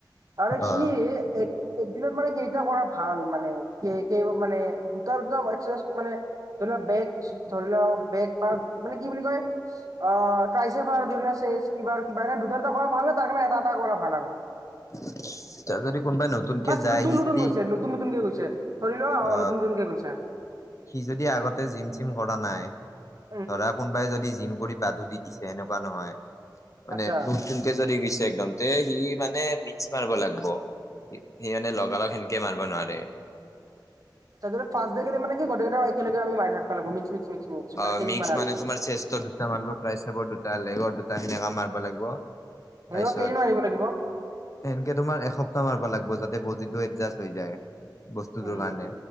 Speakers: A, on the right; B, on the left.
A: আৰু সি
B: অ
A: এ এক একদিনত মানে কেইটা কৰা ভাল। মানে সেই কেই মানে দুটা- দুটা একচাইজ মানে ধৰি লোৱা বেগ ধৰি লোৱা বেগ বা মানে কি বুলি কয় অ', তাৰপিছত আৰু ধৰিলোৱা <unintelligible> কিবা দুটা- দুটা কৰা ভাল ন তাৰ কাৰণে এটা-এটা কৰা ভাল আৰু।
B: <inaudible> তাত যদি কোনোবাই নতুনকে
A: বাচ
B: যায়
A: নতুন
B: সি
A: নতুন
B: যদি
A: গৈছে নতুন নতুনকে গৈছে ধৰি লোৱা
B: আ
A: অ নতুন নতুনকে গৈছে
B: সি যদি আগতে জিম চিম কৰা নাই
A: উম
B: ধৰা কোনোবাই যদি জিম কৰি বাদু দি দিছে এনেকুৱা নহয় মানে
A: আচ্ছা
B: নতুনকে যদি গেইছে একদম তে সি মানে মিক্স মাৰব লাগিব। সি মানে লগালগ সেনকে মাৰিব নোৱাৰে।
A: তাতে টো ফাৰ্ষ্ট ডে যদি মানে কি গোটেই কেইটা একেলগে আমি মাৰি থাকবা লাগব মিক্স <unintelligible>
B: অ',
A: কেইদিনমান
B: মিক্স
A: আৰু
B: মানে তোমাৰ চেষ্টৰ দুটা মাৰলো, ট্ৰাইচেপৰ দুটা, লেগৰ দুটা সেনেকা মাৰবা লাগিব। তাৰপিছত
A: এনেকুৱা কেইদিন মাৰিব লাগিব?
B: এনকে তোমাৰ এসপ্তাহ মাৰিবা লাগিব যাতে বডি টো এডজাষ্ট হৈ যায় বস্তুটোৰ
A: উম।
B: কাৰণে